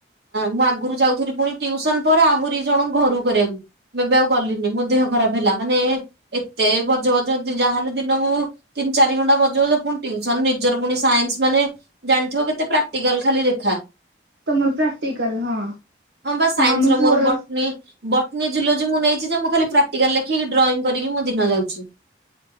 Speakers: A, on the right; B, on the right.
A: ମୁଁ ଆଗରୁ ଯାଉ ଥିଲି। ପୁଣି ଟିଉସନ୍ ପରେ ଆହୁରି ଜଣ ଘରୁକୁ କରିବାକୁ। ଏ ଏବେ ଆଉ ଗଲିନି। ମୋ ଦେହ ଖରାପ ହେଲା। ମାନେ ଏତେ ବଜ ବଜ ତୁ ଯାହାହେଲେ ଦିନ କୁ ତିନି ଚାରି ଘଣ୍ଟା ବଜ ବଜ ପୁଣି ତିଉସନ। ନିଜର ପୁଣି ସାଇନ୍ସ ମାନେ ଜାଣିଥିବ କେତେ ପ୍ରାକ୍ଟିକାଲ ଖାଲି ଲେଖା।
B: ତମର ପ୍ରାକ୍ଟିକାଲ। ହଁ।
A: ହଁ ବା ସାଇନ୍ସର
B: ଆମ ପୁଅର
A: ମୋର ବଟ୍ନି ବଟନୀ ଜୁଲୋଜି ମୁଁ ନେଇଛି ଯେ, ମୁଁ ଖାଲି ପ୍ରାକ୍ଟିକାଲ ଲେଖିକି ଡ୍ରଇଂ କରିକି ମୋ ଦିନ ଯାଉଛି।